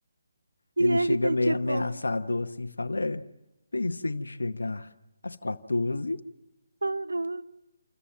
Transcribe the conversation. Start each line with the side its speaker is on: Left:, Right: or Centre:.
Right: e
Left: Ele
Right: ele
Left: chega
Right: tem
Left: meio
Right: tipo
Left: ameaçador assim e fala: É, pensei em chegar às 14.
Right: <laughs>